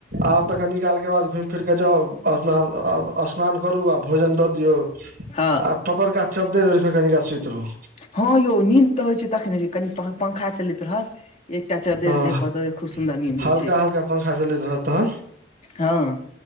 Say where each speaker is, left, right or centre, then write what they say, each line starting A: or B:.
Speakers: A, on the right (about 55°); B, on the left (about 40°).
A: आब तऽ कनी कालके बाद घुमि फिरके जाउ अस्नान अस्नान करू आ भोजन दऽ दियौ
B: हँ
A: आ पतरका चद्दैर ओडि कऽ कनि काल सुति रहु।
B: हँ, यौ नींद तऽ होइ छै, तखने जे कनि पंखा चलैत रहल। एकटा चद्दैर
A: हँ
B: देह पड़ दऽ दियऔ खूब सुन्दर नीन्द
A: हल्का
B: होइ छै।
A: हल्का पंखा चलैत रहत तहन
B: हँ,